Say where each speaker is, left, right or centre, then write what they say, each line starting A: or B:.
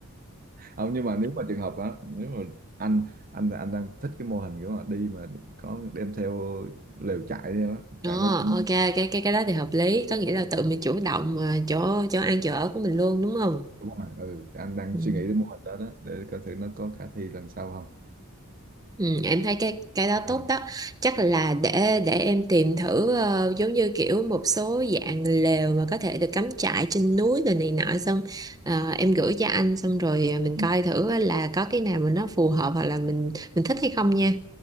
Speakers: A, on the right; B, on the right.
A: không nhưng mà nếu mà trường hợp đó nếu mà anh anh anh đang thích cái mô hình kiểu mà đi mà có đem theo lều trại đi đó
B: Đó,
A: trại nó cũng
B: ok cái cái cái đó thì hợp lý có nghĩa là tự mình chủ động ờ, chỗ chỗ ăn chỗ ở của mình luôn đúng không
A: Ừ. đúng rồi ừ thì anh đang
B: ừ.
A: suy nghĩ đến mô hình đó đó để coi thử nó có khả thi lần sau không
B: Ừ, em thấy cái cái đó
A: à,
B: tốt đó chắc là để để em tìm thử ờ, giống như kiểu một số dạng lều mà có thể được cắm trại trên núi rồi này nọ xong ờ, em gửi cho anh xong rồi ờ, mình
A: Ừ.
B: coi thử là có cái nào mà nó phù hợp hoặc là mình mình thích hay không nha